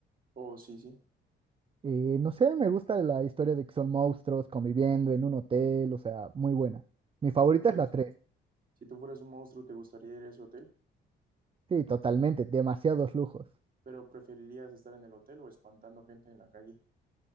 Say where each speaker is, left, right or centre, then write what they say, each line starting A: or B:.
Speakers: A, on the right; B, on the right.
A: Oh, sí, sí.
B: Eh, no sé, me gusta la historia de que son monstruos conviviendo en un hotel, o sea, muy buena. Mi favorita
A: Si tú fueras,
B: es la 3.
A: si tú fueras un monstruo, ¿te gustaría ir a ese hotel?
B: Sí, totalmente, demasiados lujos.
A: ¿Pero preferirías estar en el hotel o espantando gente en la calle?